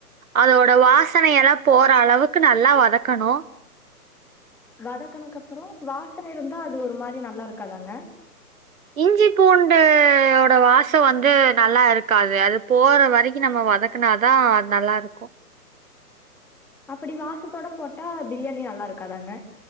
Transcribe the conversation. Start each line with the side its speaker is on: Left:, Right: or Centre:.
Right: அதோட வாசனை எல்லா போற அளவுக்கு நல்லா வதக்கணு
Centre: வதக்கனக்கப்புறோ வாசன இருந்தா அது ஒரு மாரி நல்லாருக்காதாங்க
Right: இஞ்சி பூண்டு ஓட வாசம் வந்து நல்லா இருக்காது அது போற வரைக்கு நம்ம வதக் க்கு அதா நல்லாருக்கு
Centre: அப்டி வாசத்தோட போட்டா பிரியாணி நல்லாருக்காதாங்க